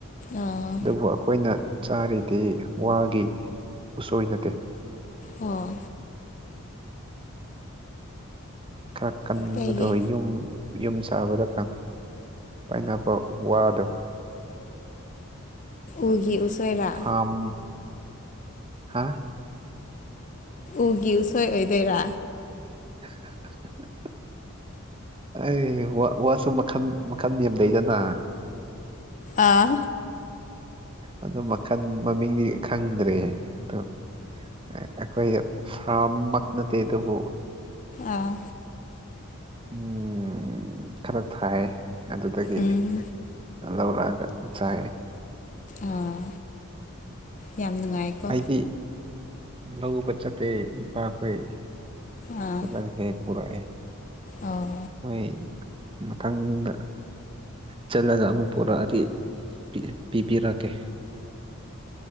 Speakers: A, on the left (about 35°); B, on the right (about 25°).
A: ꯑꯥ
B: ꯑꯗꯨꯕꯨ ꯑꯩꯈꯣꯏꯅ ꯆꯥꯔꯤꯗꯤ ꯋꯥꯒꯤ ꯎꯁꯣꯏ ꯅꯠꯇꯦ
A: ꯑꯣ
B: ꯈꯔꯥ ꯀꯟꯕꯗꫭ
A: ꯀꯩꯒꯤ
B: ꯌꯨꯝ ꯌꯨꯝ ꯁꯥꯕꯗ ꯄꯥꯏꯅꯕ ꯋꯥꯗꯣ
A: ꯎꯒꯤ ꯎꯁꯣꯏꯔꯥ
B: ꯐꯥꯝ ꯍꯥ
A: ꯎꯒꯤ ꯎꯁꯣꯏ ꯑꯣꯏꯗꯣꯏꯔꯥ
B: <unintelligible> ꯑꯩ ꯋꯥꯁꯨ ꯃꯈꯜ ꯃꯈꯟ ꯌꯥꯝ ꯂꯩꯩꯗꯅ
A: ꯑꯥ
B: ꯑꯗꯨ ꯃꯈꯜ ꯃꯃꯤꯡꯗꯤ ꯈꯪꯗ꯭ꯔꯦ ꯑꯗꫭ ꯑꯩꯈꯣꯏ ꯐꯔꯝ ꯅꯠꯇ ꯑꯗꯨꯕꯨ
A: ꯑꯥ
B: ꯎꯝ ꯈꯔ ꯊꯥꯏ ꯑꯗꯨꯗꯒꯤ
A: ꯎꯝ
B: ꯂꯧꯔꯛꯑꯒ ꯆꯥꯏ
A: ꯑꯥ ꯌꯥꯝ ꯅꯨꯡꯉꯥꯏꯀꯣ
B: ꯑꯩꯗꯤ ꯂꯧꯕ ꯆꯠꯇꯦ ꯏꯄꯥꯈꯣꯏ
A: ꯑꯥ
B: ꯆꯠꯂꯒ ꯍꯦꯛ ꯄꯨꯔꯛꯑꯦ
A: ꯑꯣ
B: ꯍꯣꯏꯏꯥꯦ ꯃꯊꯪꯗ ꯆꯠꯂꯒ ꯑꯃꯨꯛ ꯄꯣꯔꯛꯑꯗꯤ ꯄꯤꯕꯤꯔ ꯀꯦ